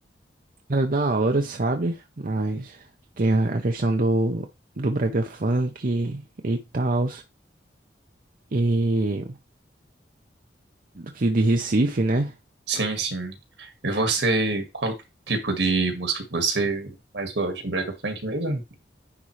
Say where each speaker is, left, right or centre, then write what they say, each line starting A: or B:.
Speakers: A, on the right; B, on the right.
A: Era da hora, sabe? Mas tem a a questão do, do brega funk e tal, e do que de Recife, né?
B: Sim, sim. E você, qual tipo de música que você mais gosta? Brega funk mesmo?